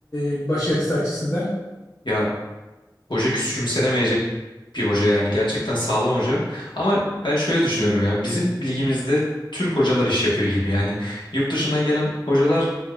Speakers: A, on the left; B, on the left.
A: e, başarısı açısından?
B: Ya Hoca küçümsenemeyecek bir hoca yani gerçekten sağlam hoca. Ama ben şöyle düşünüyorum ya bizim ligimizde Türk hocalar iş yapıyor gibi yani. Yurt dışından gelen hocalar